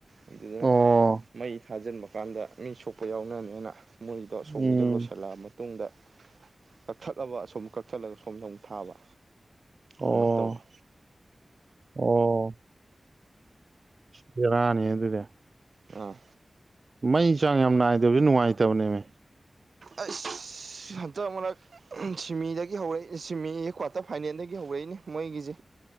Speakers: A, on the right; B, on the right.
A: ꯑꯗꯨꯗꯨꯅ
B: ꯑꯣ
A: ꯃꯩ ꯊꯥꯖꯤꯟꯕ ꯀꯥꯟꯗ ꯃꯤ ꯁꯣꯛꯄ ꯌꯥꯎ ꯅꯤꯅ ꯃꯣꯏꯗꯣ ꯁꯣꯝꯒꯤꯗꯣ
B: ꯎꯝ
A: ꯂꯣꯏꯁꯤꯜꯂꯛꯑ ꯃ ꯇꯨꯡꯗ ꯀꯛꯊꯠꯂꯕ ꯑꯁꯨꯝ ꯀꯛꯊꯠꯂꯒ ꯁꯣꯝꯗ ꯃꯨꯛ ꯊꯥꯕ
B: ꯑꯣ
A: ꯑꯗꯨꯃꯥꯏꯅ ꯇꯧꯕ
B: ꯑꯣ ꯕ‌ꯦꯔꯥꯅꯤ ꯑꯗꯨꯗꯤ
A: ꯑꯥ
B: ꯃꯩ ꯆꯥꯡ ꯌꯥꯝ ꯅꯥꯏꯗꯕꯁꯨ ꯅꯨꯡꯉꯥꯏꯇꯕꯅꯦꯃꯦ
A: ꯑꯩꯁ ꯍꯟꯇꯛ ꯃꯔꯛ ꯁꯤꯃꯤꯗꯒꯤ ꯍꯧꯔꯛꯏ ꯑꯥ ꯁꯤꯃꯤ ꯑꯦ ꯀ꯭ꯋꯥꯇꯔ ꯐꯥꯏꯅꯦꯜꯗꯒꯤ ꯍꯧꯔꯛꯏꯅꯦ ꯃꯣꯏꯒꯤꯁꯦ